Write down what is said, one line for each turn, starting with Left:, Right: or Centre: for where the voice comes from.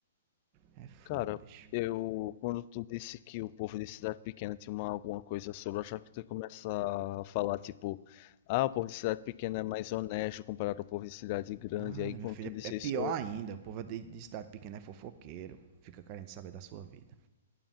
Right: É fogo,
Left: Cara,
Right: bicho.
Left: eu quando tu disse que o povo de cidade pequena tinha uma, alguma coisa sobre, eu achava que tu ia começar a falar tipo, ah, o povo de cidade pequena é mais honesto comparado ao povo de cidade grande.
Right: Nada,
Left: Aí
Right: meu
Left: quando
Right: filho.
Left: tu disse
Right: É é pior
Left: isso, eu,
Right: ainda. O povo é de, de cidade pequena é fofoqueiro. Fica querendo saber da sua vida.